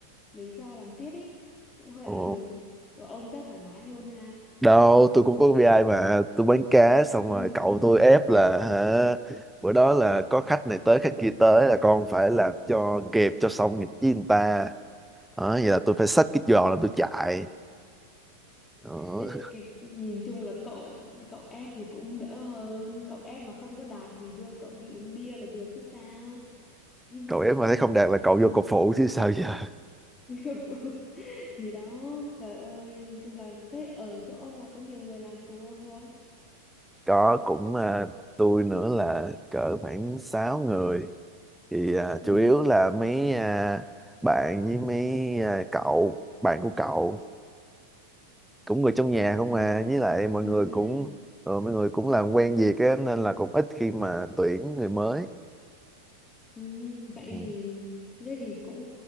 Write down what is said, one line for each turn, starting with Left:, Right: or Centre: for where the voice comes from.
Left: mới cho làm tiếp ấy, cũng hơi
Centre: ồ
Left: áp lực. Rồi ông chắc thoải mái hơn ha.
Centre: đâu tôi cũng có KPI mà tôi bán cá xong
Left: <laughs>
Centre: rồi cậu tôi ép là hả bữa đó là có khách này tới khách kia tới là con phải làm cho kịp cho xong nghịch với người ta đó, vậy là tôi phải xách cái giò là tôi chạy đó.
Left: Thế cái, nhìn chung là cậu cậu ép thì cũng đỡ hơn, cậu ép mà không có đạt thì đưa cậu đi uống bia là được chứ sao. <laughs>
Centre: cậu ép mà thấy không đạt là cậu vô cậu phụ chứ sao giờ
Left: <laughs> thì đó trời ơi chung là thế ở chỗ ông là có nhiều người làm cùng ông không
Centre: <laughs> có cũng à, tôi nữa là cỡ khoảng 6 người thì à,
Left: ừ
Centre: chủ yếu là mấy à, bạn với mấy à, cậu bạn của cậu cũng người trong nhà không
Left: ồ
Centre: à với lại mọi
Left: người
Centre: người
Left: trong nhà
Centre: cũng ờ, mọi người cũng làm quen việc á nên là cũng ít khi mà tuyển người mới
Left: ừ vậy
Centre: ừ.
Left: thì thế thì cũng